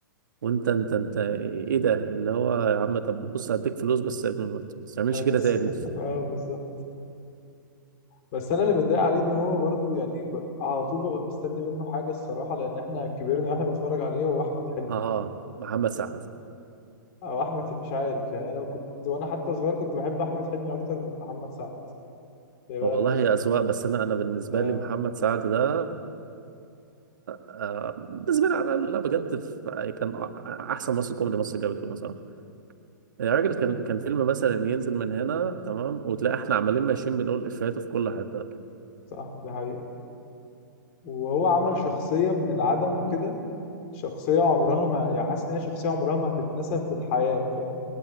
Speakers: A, on the right; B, on the left.
A: وانت انت انت ايه ده اللي هو يا عم طب بص هديك فلوس بس ما تعملش
B: اه
A: كده
B: بس
A: تاني
B: <laughs> اه بالظبط بس انا اللي متضايق عليه ان هو برضو يعني ب... على طول ببقى مستني منه حاجه الصراحه لان احنا كبرنا واحنا بنتفرج عليه هو احمد حلمي
A: اه محمد سعد
B: او احمد مش عارف يعني انا كنت وانا حتى صغير كنت بحب احمد حلمي اكتر من محمد سعد هي بقى
A: والله
B: بتفرق
A: يا اذواق بس انا انا بالنسبه
B: اه
A: لي محمد سعد ده آه بالنسبه لي على لا بجد في- كان احسن ممثل كوميدي مصر جابته مثلا يا راجل
B: هو-
A: كان كان فيلم مثلا ينزل من هنا تمام وتلاقي احنا عمالين ماشيين بنقول افيهاته في كل حته
B: صح دي حقيقة وهو عمل شخصية من العدم كده شخصية عمرها ما يعني حاسس ان هي شخصية عمرها ما هتتنسى في الحياة فاهم